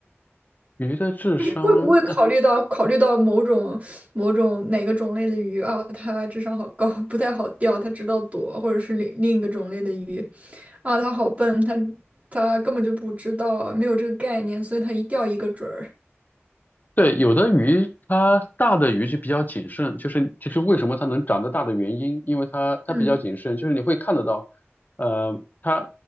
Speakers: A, on the left; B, on the right.
A: 鱼的智商。
B: 就是会不会考虑到考虑到某种某种哪个种类的鱼啊，它智商好高，<laughs> 不太好钓，它知道躲，或者是另另一个种类的鱼，啊，它好笨，它它根本就不知道，没有这个概念，所以它一钓一个准儿。
A: 对，有的鱼它大的鱼就比较谨慎，就是就是为什么它能长得大的原因，因为它它比较谨慎，
B: 嗯
A: 就是你会看得到，呃，它